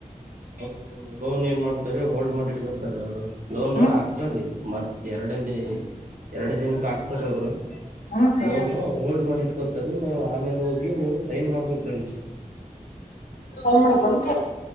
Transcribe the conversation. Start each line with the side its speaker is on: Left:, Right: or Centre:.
Right: ಅವರು. ಲೋನ್ ಏನ್ ಮಾಡ್ತಾರೆ ಹೋಲ್ಡ್ ಮಾಡಿ ಇಟ್ಕತಾರ ಅವರು ಲೋನ್
Left: ಹ್ಮ
Right: ಹಾಕ್ತಾರಿ. ಎರಡ ಎರಡು ದಿನಕ್ಕೆ ಆಗ್ತಾರ ಅವರು
Left: ಹ್ಮ ಸರ್
Right: ಲೋನು ಹೋಲ್ಡ್ ಮಾಡಿಟ್ಕೊತರಿ ನೀ ಆಮೇಲೆ ಹೋಗಿ ನೀವು ಸೈನ್ ಮಾಡ್ಬೇಕ್ರೀ ಅಲ್ಲಿ.
Left: ಸೈ ಮಾಡ ಕೊಂತ